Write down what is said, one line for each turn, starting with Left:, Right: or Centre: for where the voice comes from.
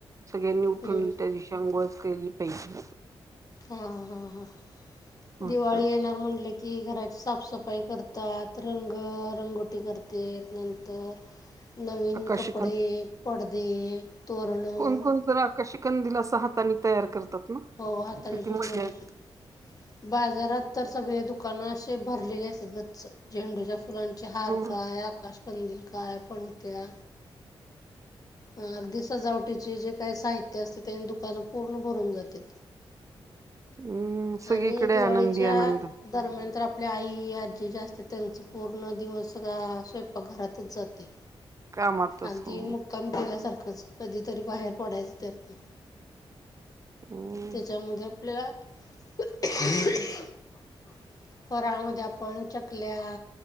Right: सगळ्यांनी उठून
Left: हां
Right: त्या दिवशी अंघोळच केली पाहिजे.
Left: हा हा ह
Right: महत्व
Left: दिवाळी येणार म्हनल की घराची साफसफाई करता तात रंग, रंगोटी करते, नंतर नवीन
Right: आकाशी
Left: कपडे, पडदे, तोरणं
Right: कोणकोण जरा, आकाशकंदील अस हातानी तयार करतात. ना
Left: हो हाताने
Right: किती
Left: पण
Right: मजा
Left: बनवतात
Right: येते
Left: बाजारात तर सगळे दुकानं अशी जे भरले असतात. गच्चं, झेंडूच्या फुलांचे हार
Right: हो
Left: काय, आकाशकंदील काय, पणत्या अ अगदी सजावट चे, जे जे काही साहित्य असते, त्याने दुकानं पूर्ण भरून जातात.
Right: हम्म सगळीकडे
Left: आणि दिवाळीच्या
Right: आनंदी आनंद
Left: दरम्यान, तर आप आपल्या आई, आजी जास्त त्यांच पूर्ण दिवस स्वयंपाकघरातच जातोय.
Right: कामातच
Left: अगदी
Right: हो
Left: मुक्काम केल्यासारखेच. कधीतरी बाहेर पडायचं त्यातन,
Right: हम्म
Left: त्याच्यामध्ये आपल्याला <inaudible> फराळामध्ये आपण, चकल्या,